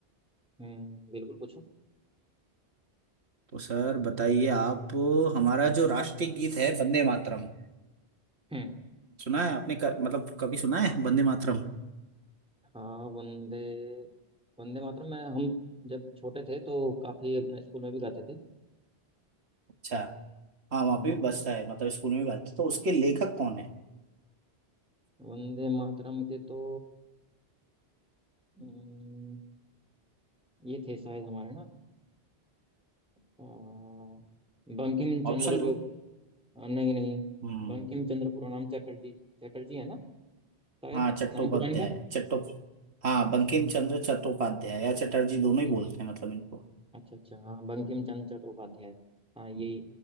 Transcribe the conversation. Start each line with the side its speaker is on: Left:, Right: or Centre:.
Centre: हम्म बिल्कुल पूछो
Right: तो सर बताइए आप हमारा जो राष्ट्रीय गीत है वंदे मातरम
Centre: हम्म
Right: सुना है आपने क- मतलब कभी सुना है वंदे मातरम
Centre: हाँ वंदे वंदे मातरम में हम जब छोटे थे तो काफी अपने स्कूल में भी गाते थे
Right: अच्छा, हाँ वहाँ
Centre: हम्म
Right: पे भी बसता है मतलब स्कूल में भी बसता है तो उसके लेखक कौन है
Centre: वंदे मातरम के तो अम्म, ये थे शायद हमारे ना अ, बंकिम चंद्र
Right: ऑप्शन दूँ
Centre: जो अ, नहीं नहीं
Right: हम्म
Centre: बंकिम चंद्र पूरा नाम चटर्जी चटर्जी है ना शायद
Right: हाँ चट्टोपाध्याय
Centre: नाम पूरा इनका
Right: चट्टो हाँ बंकिम चंद्र चट्टोपाध्याय या चटर्जी
Centre: अच्छा
Right: दोनों
Centre: चटो
Right: ही बोलते हैं मतलब इनको
Centre: अच्छा अच्छा हाँ बंकिम चंद्र चट्टोपाध्याय हाँ ये
Right: हम्म,